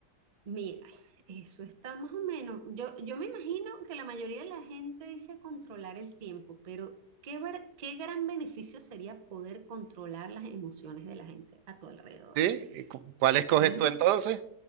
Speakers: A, on the right (about 50°); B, on the right (about 85°).
A: mira, eso está más o menos. Yo, yo me imagino que la mayoría de la gente dice controlar el tiempo, pero qué, ver- qué gran beneficio sería poder controlar las emociones de la gente a tu alrededor.
B: ¿Sí? ¿Y cu- ¿Cuál escoges
A: Sí,
B: tú entonces?